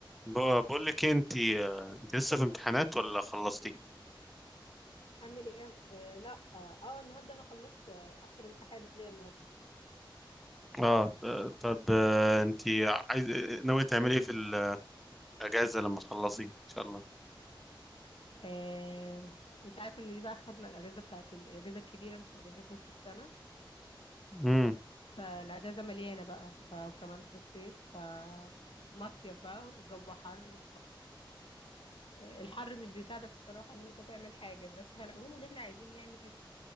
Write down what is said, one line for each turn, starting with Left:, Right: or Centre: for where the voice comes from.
Centre: ب- بقول لك إيه، انت آه، انت لسه في امتحانات ولا خلصتي
Left: اعمل ايه آه لا اه آه، النهارده انا خلصت آه، اخر امتحان ليا النهارده
Centre: اه آه، طب آه، انت عايز ناوي تعملي ايه في ال- الاجازه لما تخلصي ان شاء الله
Left: آه، انت عارف ان دي بقى خدنا الاجازه بتاعت الاجازه الكبيره مش اجازه نص السنه
Centre: امم
Left: فالاجازه مليانه بقى ف- وكمان في الصيف ف مصيف بقى والجو حر فالحر مش بيساعدك الصراحه ان انت تعمل حاجه بس في العموم ان احنا عايزين نعمل